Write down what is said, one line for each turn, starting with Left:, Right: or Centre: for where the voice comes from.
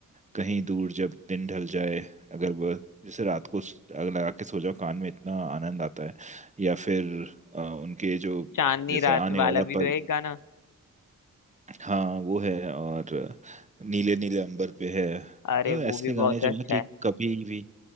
Right: कहीं दूर जब दिन ढल जाए अगर वह जैसे रात को स- अगर लगा के सो जाओ कान में इतना आनंद आता है या फिर अ, उनके जो अ,
Left: चांदनी
Right: जैसे
Left: रात
Right: आने
Left: वाला
Right: वाला
Left: भी तो
Right: पल
Left: है एक गाना
Right: हाँ वो है और नीले नीले अंबर पे है
Left: अरे
Right: तो
Left: वो
Right: ऐसे
Left: भी बहुत
Right: गाने जो
Left: अच्छा
Right: है कि
Left: है
Right: कभी भी